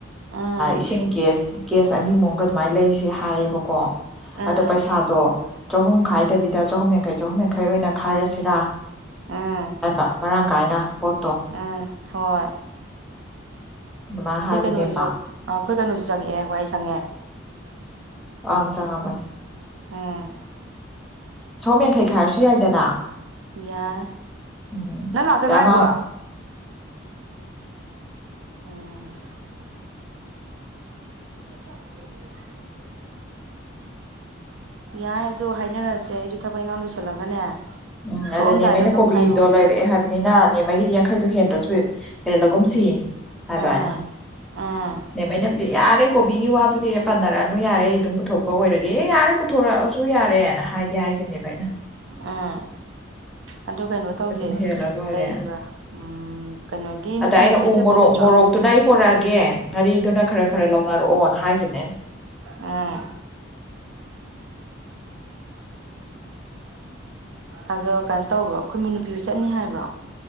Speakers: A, on the right (about 75°); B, in the centre.
A: ꯎꯝ
B: ꯏꯁꯤꯡ ꯀꯦꯁ ꯀꯦꯁ ꯑꯅꯤꯃꯨꯛꯒ ꯑꯗꯨꯃꯥꯏꯅ ꯂꯩꯁꯦ ꯍꯥꯏꯌꯦꯕꯀꯣ
A: ꯎꯝ
B: ꯑꯗꯣ ꯄꯩꯁꯥꯗꯣ ꯆꯥꯍꯨꯝ ꯈꯥꯏꯗꯕꯤꯗ ꯆꯥꯍꯨꯝ ꯌꯥꯡꯈꯩ ꯆꯥꯍꯨꯝ ꯌꯥꯡꯈꯩ ꯑꯣꯏꯅ ꯈꯥꯏꯔꯁꯤ ꯔꯥ
A: ꯎꯝ
B: ꯍꯥꯏꯕ ꯃꯔꯥꯡ ꯀꯥꯏꯅ ꯄꯣꯠꯇꯣ
A: ꯎꯝ ꯍꯣꯏ
B: ꯑꯗꯨꯃꯥꯏꯅ
A: ꯈꯣꯏ
B: ꯍꯥꯏꯕꯅꯦꯕ
A: ꯀꯩꯅꯣꯁꯨ ꯑꯥ ꯈꯣꯏ ꯀꯩꯅꯣꯁꯨ ꯆꯪꯉꯛꯑꯦ ꯋꯥꯏ ꯁꯪ ꯁꯡꯉꯦ
B: ꯑꯪ ꯆꯉꯕꯅꯦ
A: ꯎꯝ
B: ꯆꯥꯍꯨꯝ ꯌꯥꯡꯈꯩ ꯈꯥꯏꯔꯁꯨ ꯌꯥꯏꯗꯅ
A: ꯌꯥꯏ
B: ꯎꯝ
A: ꯅꯪ ꯂꯥꯛꯇ ꯉꯥꯏꯕꯣ
B: ꯑꯉꯥꯡ
A: ꯎꯝ <inaudible> ꯌꯥꯏ ꯑꯗꯣ ꯍꯥꯏꯅꯔꯁꯦ ꯑꯩꯁꯨ ꯊꯕꯛ ꯏꯡꯈꯥꯡ ꯂꯣꯏꯁꯤꯜꯂꯒꯅꯦ
B: ꯎꯝ
A: ꯊꯣꯛꯑꯝꯗꯥꯏꯗ
B: ꯑꯗꯅꯦꯕ ꯑꯩꯅ
A: ꯑꯗꯨꯝ
B: ꯀꯣꯕꯤꯗꯣ
A: ꯍꯥꯏꯔꯛꯑꯣ
B: ꯂꯩꯔꯛꯑꯦ ꯍꯥꯏꯕ ꯅꯤꯅ ꯅꯦꯃꯒꯤꯗꯤ ꯌꯥꯡꯈꯩꯗꯣ ꯍꯦꯟꯗ꯭ꯔꯁꯨ ꯍꯦꯜꯂꯒꯨꯝꯁꯤ ꯍꯥꯏꯕ
A: ꯎꯝ
B: ꯑꯩꯅ
A: ꯎꯝ
B: ꯅꯦꯝꯃꯩꯅ ꯌꯥꯔꯦ ꯀꯣꯕꯤꯒꯤ ꯋꯥꯗꯨꯗꯤ ꯄꯟꯅꯔꯛꯑꯅꯨ ꯌꯥꯔꯦ ꯑꯩ ꯑꯗꯨꯝ ꯄꯨꯊꯣꯛꯄ ꯑꯣꯏꯔꯒꯦ ꯌꯥꯔꯦ ꯄꯨꯊꯣꯔꯛꯑꯁꯨ ꯌꯥꯔꯦꯅ ꯍꯥꯏꯒꯤ ꯌꯥꯏꯒꯤꯅꯦꯕ ꯑꯩꯅ
A: ꯑꯥ ꯑꯗꯨ ꯀꯩꯅꯣ ꯇꯧꯁꯦ
B: ꯑꯗꯨꯝ ꯍꯦꯜꯂ ꯂꯣꯏꯔꯦ
A: ꯀꯩꯕ ꯎꯝ ꯀꯩꯅꯣꯒꯤ ꯅꯨꯄꯤꯗꯨꯗꯤ
B: ꯑꯗ ꯑꯩꯅ ꯎ
A: ꯆꯠꯇꯣꯏ
B: ꯃꯣꯔꯣꯛ
A: ꯅꯠꯇ꯭ꯔꯣ
B: ꯃꯣꯔꯣꯛꯇꯨꯅ ꯑꯩ ꯄꯣꯔꯛꯑꯒꯦ ꯉꯥꯔꯤꯗꯨꯅ ꯈꯔ ꯈꯔ ꯂꯧꯅꯔꯛꯑꯣꯅ ꯍꯥꯏꯈꯤꯕꯅꯦ ꯑꯩꯅ꯫
A: ꯑꯥ ꯑꯗꯣ ꯀꯩꯅꯣ ꯇꯧꯕ꯭ꯔꯣ ꯈꯣꯏꯃꯨ ꯅꯨꯄꯤ ꯍꯣꯏ ꯆꯠꯅꯤ ꯍꯥꯏꯕ꯭ꯔꯣ?